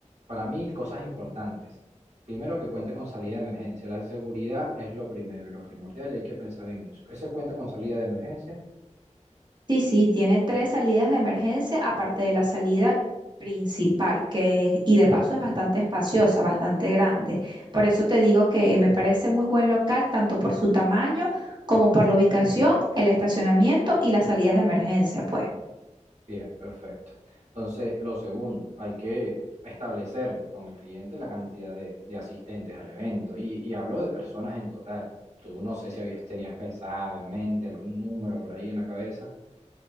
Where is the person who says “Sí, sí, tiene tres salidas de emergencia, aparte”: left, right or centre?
Right